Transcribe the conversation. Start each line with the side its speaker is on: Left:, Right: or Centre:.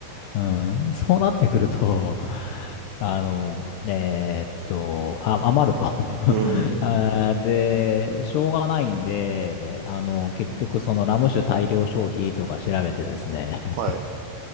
Left: うん、そうなってくると、あの、えーっと、あ、余ると <laughs>
Right: うーん。
Left: あー。で、しょうがないんで、あの、結局そのラム酒大量消費とか調べてですね。
Right: はい。